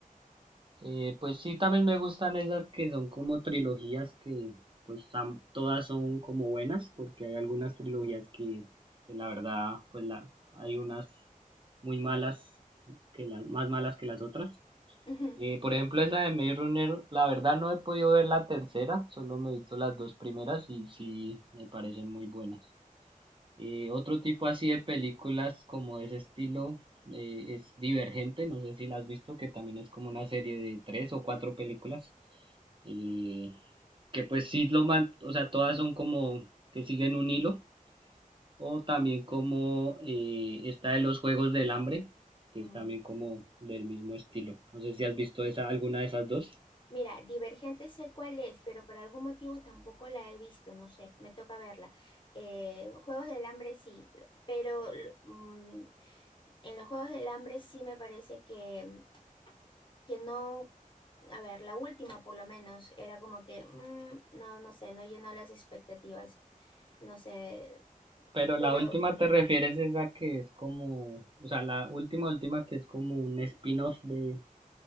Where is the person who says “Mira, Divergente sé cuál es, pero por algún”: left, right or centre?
Left